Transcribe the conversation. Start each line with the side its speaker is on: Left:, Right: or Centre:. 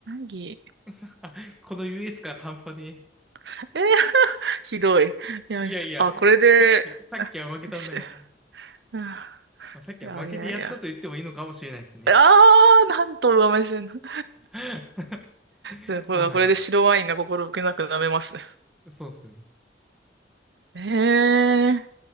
Right: ギ、
Centre: <laughs> あこの優越感半端ねえ。
Right: えー、<laughs> ひどい。いやいや、
Centre: いやいや、
Right: あ、これで、
Centre: さっき、さっきは負けたんだから。
Right: あし、あ
Centre: まあ、さっきは負けてやったと言ってもいいのかもしれないですね。
Right: いやいやいや。ああ、なんと上目線の。<laughs>
Centre: <laughs>
Right: で、これはこれで白ワインが心置けなく舐めます。
Centre: もはや。そうですね。
Right: えー、